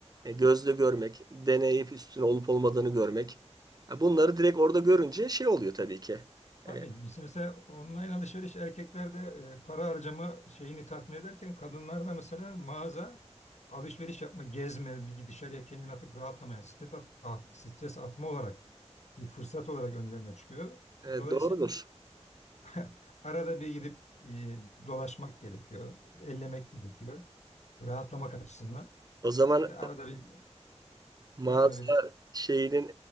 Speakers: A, on the right; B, on the left.
A: e, gözle görmek, deneyip üstüne olup olmadığını görmek. Ha, Bunları direkt orada görünce şey oluyor tabii ki.
B: Tabii
A: E,
B: biz mesela online alışveriş erkeklerde e, para harcama şeyini tatmin ederken kadınlarda mesela mağaza alışveriş yapma, gezme, bir dışarıya kendini atıp rahatlamaya, stres, at, at- stres atma olarak bir fırsat olarak önlerine çıkıyor.
A: E,
B: Dolayısıyla
A: doğrudur.
B: <laughs> Arada bir gidip e, dolaşmak gerekiyor, ellemek gerekiyor, rahatlamak açısından.
A: O zaman
B: İşte arada bir
A: mağaza
B: arada bir de
A: şeyinin